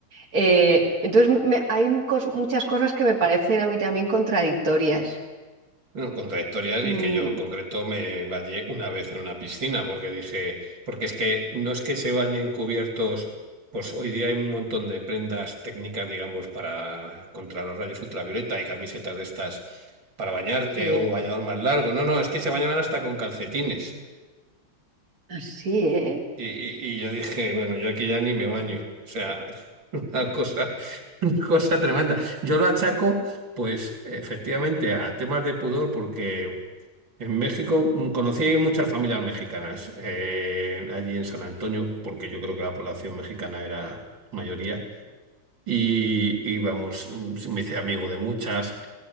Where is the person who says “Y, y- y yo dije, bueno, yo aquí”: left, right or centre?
Right